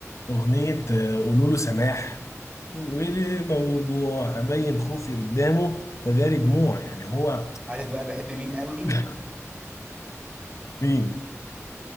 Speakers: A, on the left (about 65°); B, on the right (about 20°).
A: اغنية آه، قولوا له سماح وليه موجوع ابين خوفي قدامه وداري دموع يعني هو
B: عارف بقى بحب مين قوي
A: <laughs> مين